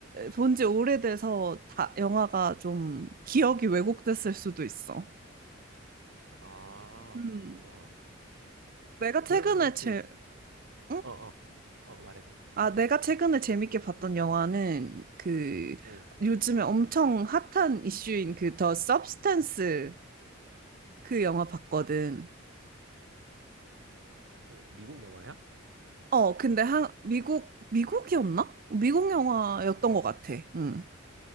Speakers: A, on the right (about 45°); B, on the right (about 70°).
A: 본지 오래돼서 다 영화가 좀 기억이 왜곡됐을 수도 있어.
B: 아,
A: 음.
B: 그렇구나.
A: 내가
B: 그러면
A: 최근에
B: 혹시,
A: 제, 응?
B: 어, 어, 어, 말해봐.
A: 아, 내가 최근에 재밌게 봤던 영화는 그
B: 응.
A: 요즘에 엄청 핫한 이슈인 그 더 서브스탄스 그 영화 봤거든.
B: 어, 미국 영화야?
A: 어, 근데 한 미국 미국이었나? 미국 영화였던
B: 어,
A: 것 같아. 음.